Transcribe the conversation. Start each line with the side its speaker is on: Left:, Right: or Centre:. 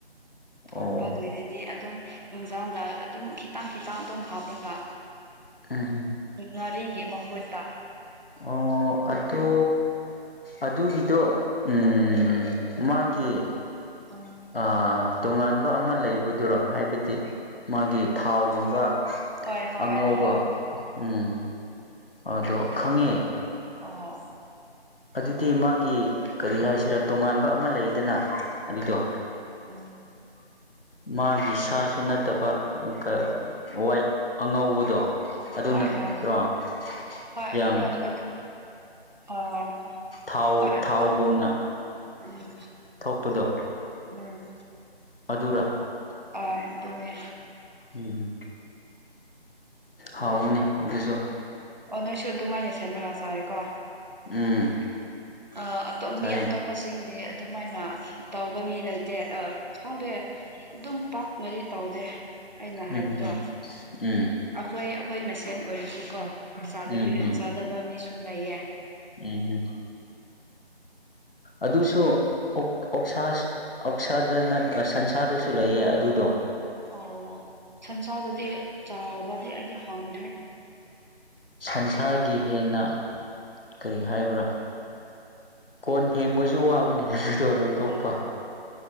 Right: ꯊꯣꯡꯕ
Left: ꯑꯣ
Right: ꯂꯣꯏꯔꯗꯤ ꯑꯗꯨꯝ ꯌꯦꯟꯖꯥꯡꯗ ꯑꯗꯨꯝ ꯈꯤꯇꯪ ꯈꯤꯇꯪ ꯑꯗꯨꯝ ꯍꯥꯞꯂꯒ
Left: ꯎꯝ ꯍꯝ
Right: ꯉꯔꯤꯒꯤ ꯃꯍꯨꯠꯇ
Left: ꯑꯣ ꯑꯗꯨ ꯑꯗꯨꯒꯤꯗꯣ ꯎꯝ ꯃꯥꯒꯤ
Right: ꯎꯝ
Left: ꯑꯥ ꯇꯣꯉꯥꯟꯕ ꯑꯃ ꯂꯩꯕꯗꯨꯔꯣ ꯍꯥꯏꯕꯗꯤ ꯃꯥꯒꯤ ꯊꯥꯎꯒꯨꯝꯕ
Right: ꯍꯣꯏ ꯍꯣꯏ
Left: ꯑꯉꯧꯕ
Right: ꯍꯣꯏ ꯊꯣꯛꯑꯣ
Left: ꯎꯝ ꯑꯗꯣ ꯈꯪꯉꯦ
Right: ꯑꯥ
Left: ꯑꯗꯨꯗꯤ ꯃꯥꯒꯤ ꯀꯔꯤ ꯍꯥꯏꯁꯤꯔꯥ ꯇꯣꯉꯥꯟꯕ ꯑꯃ ꯂꯩꯗꯅ ꯑꯗꯨꯗꯣ
Right: ꯎꯝ ꯎꯝ
Left: ꯃꯥꯒꯤ ꯁꯥꯁꯨ ꯅꯠꯇꯕ ꯀ ꯋꯥꯏꯠ ꯑꯉꯧꯕꯗꯣ ꯑꯗꯨ
Right: ꯍꯣꯏ
Left: ꯅꯠꯇ꯭ꯔꯣ
Right: ꯍꯣꯏ ꯍꯣꯏ
Left: ꯌꯥꯝ
Right: ꯑꯗꯨ ꯇꯁꯨ ꯑꯗꯨ ꯑꯣ
Left: ꯊꯥꯎ
Right: ꯍꯣꯏ
Left: ꯊꯥꯎꯒꯨꯝꯅ
Right: ꯑꯗꯨ ꯎꯝ
Left: ꯊꯣꯛꯄꯗꯣ
Right: ꯎꯝ
Left: ꯑꯗꯨꯔꯥ
Right: ꯑ ꯑꯗꯨꯅꯦ
Left: ꯎꯝ ꯍꯥꯎꯅꯦ ꯑꯗꯨꯁꯨ
Right: ꯑꯣ ꯅꯣꯏꯁꯨ ꯑꯗꯨꯃꯥꯏꯅ ꯁꯦꯝꯔꯒ ꯆꯥꯏꯌꯦꯀꯣ
Left: ꯎꯝ
Right: ꯑ ꯑꯇꯣ
Left: ꯆꯥꯏꯌꯦ
Right: ꯃꯤ ꯑꯇꯣꯞꯄꯁꯤꯡꯗꯤ ꯑꯗꯨꯃꯥꯏꯅ ꯇꯧꯕ ꯃꯤ ꯂꯩꯇꯦ ꯑ ꯈꯪꯗꯦ ꯑꯗꯨꯝ ꯄꯥꯛ ꯃꯔꯤ ꯇꯥꯎꯗꯦ ꯑꯩꯅ
Left: ꯎꯝ
Right: ꯍꯥꯏꯕꯗꯣ
Left: ꯎꯝ
Right: ꯑꯩꯈꯣꯏ ꯑꯩꯈꯣꯏ ꯃꯁꯦꯟ ꯑꯣꯏꯔꯁꯨ ꯀꯣ ꯆꯥꯗꯕꯤ
Left: ꯎꯝ ꯎꯝ ꯎꯝ
Right: ꯆꯥꯗꯕ ꯃꯤꯁꯨ ꯂꯩꯌꯦ
Left: ꯎꯝ
Right: <inaudible>
Left: ꯑꯗꯨꯁꯨ ꯑꯣꯛ ꯑꯣꯛꯁꯥꯁꯨ ꯑꯣꯛꯁꯥꯗ ꯅꯠ ꯁꯟꯁꯥꯗꯁꯨ ꯂꯩꯌꯦ ꯑꯗꯨꯗꯣ
Right: ꯑꯣ ꯁꯟꯁꯥꯗꯗꯤ ꯆꯥꯕꯗꯤ ꯑꯩꯗꯤ ꯐꯪꯗ꯭ꯔꯦ
Left: ꯁꯪꯁꯥꯔꯒꯤ ꯍꯦꯟꯅ ꯀꯔꯤ ꯍꯥꯏꯕ꯭ꯔꯥ ꯀꯣꯟ ꯐꯦꯡꯕꯁꯨ ꯋꯥꯕꯅꯦ ꯣ ꯂꯧꯊꯣꯛꯄ
Right: ꯑꯣ